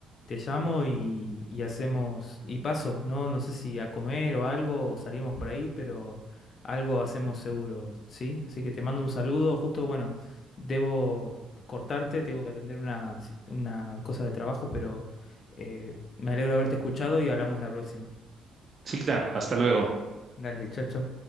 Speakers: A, on the left; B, on the right.
A: te llamo y, y hacemos, y paso, ¿no? No sé si a comer o algo, o salimos por ahí, pero algo hacemos seguro, ¿sí? Así que te mando un saludo, justo, bueno, debo cortarte, tengo que atender una, una cosa de trabajo, pero eh, me alegro de haberte escuchado y hablamos la próxima.
B: Sí, claro. Hasta luego.
A: Dale, chao, chao.